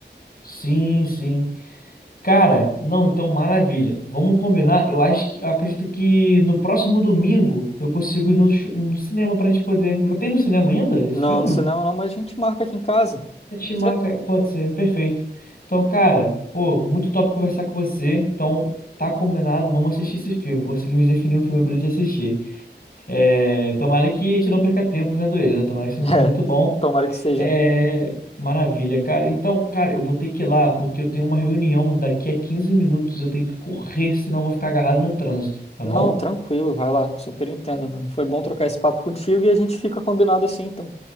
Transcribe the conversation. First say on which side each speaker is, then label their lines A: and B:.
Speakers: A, on the left; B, on the left.
A: Sim, sim. Cara, não, então maravilha. Vamos combinar. Eu acho que, eu acredito que no próximo domingo eu consigo ir no, chu- no cinema pra gente poder. Mas tem no cinema ainda esse
B: Não,
A: filme?
B: no cinema não, mas a gente marca aqui em casa.
A: A gente
B: Pode
A: marca,
B: ser? <laughs>
A: pode ser, perfeito. Então, cara, pô, muito top conversar com você. Então, tá combinado, vamos assistir esse filme. Conseguimos definir um filme pra gente assistir. É, tomara que a gente não perca tempo vendo ele, né? Tomara que seja
B: É,
A: um filme muito bom.
B: tomara que seja,
A: É,
B: né?
A: maravilha, cara. Então, cara, eu vou ter que ir lá porque eu tenho uma reunião daqui a 15 minutos. Eu tenho que correr, senão eu vou ficar agarrado no trânsito, tá
B: Não,
A: bom?
B: tranquilo, vai lá. Super entendo, mano. Foi bom trocar esse papo contigo e a gente fica combinado assim, então.